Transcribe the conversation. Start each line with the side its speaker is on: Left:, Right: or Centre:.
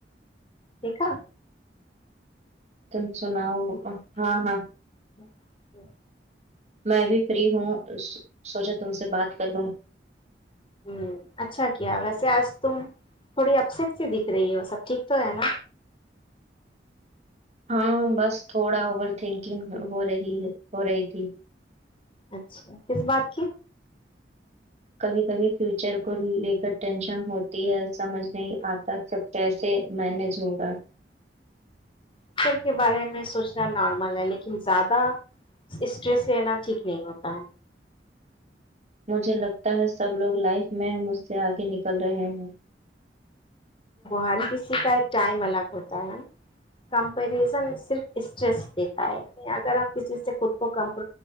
Left: دیکھا
Right: تم سناؤ ہاں ہاں
Left: جی
Right: میں بھی فری ہوں سوچا تم سے بات کر لوں
Left: ہ اچھا کیا ویسے آج تم تھوڑی اپسٹ سے دکھ رہی ہو سب ٹھیک تو ہے نا
Right: ہاں بس تھوڑا اوور تھنکنگ ہو رہی ہے ہو رہی تھی
Left: اچھا کس بات کی
Right: کبھی کبھی فیوچر کو لے کر ٹینشن ہوتی ہے سمجھ نہیں آتا سب کیسے مینج ہوگا
Left: ٹیچر کے بارے میں سوچنا نارمل ہے لیکن زیادہ اسٹریس لینا ٹھیک نہیں ہوتا ہے
Right: مجھے لگتا ہے سب لوگ لائف میں مجھ سے آگے نکل رہے ہیں
Left: ہر کسی کا ایک ٹائم الگ ہوتا ہےا کمپریزن صرف اسٹریس دیتا ہے ع اگر ہم کسی سے خود کو ک